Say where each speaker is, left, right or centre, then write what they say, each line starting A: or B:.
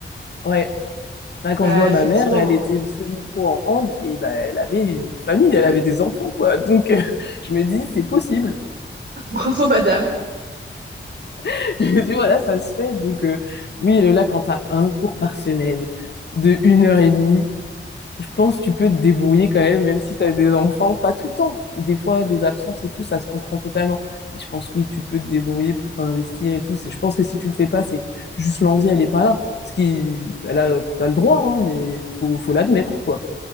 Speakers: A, on the left; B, on the right.
A: Ouais. Là, quand
B: Bah,
A: je vois
B: effectivement.
A: ma mère, elle était semi-pro en hand et bah, elle avait une famille, elle avait des enfants, quoi. Donc, <laughs> euh, je me dis, c'est possible.
B: <laughs> Bravo, madame.
A: <laughs> Je dis voilà, ça se fait. Donc, euh, oui, là, quand t'as un cours par semaine de une heure et demie, je pense que tu peux te débrouiller quand même, même si t'as des enfants, pas tout le temps. Des fois, des absences et tout, ça se comprend totalement. Mais je pense, oui, tu peux te débrouiller pour t'investir et tout. C'est- Je pense que si tu le fais pas, c'est que juste l'envie, elle est pas là. Ce qui, elle a, t'as le droit, hein, mais faut, faut l'admettre, quoi.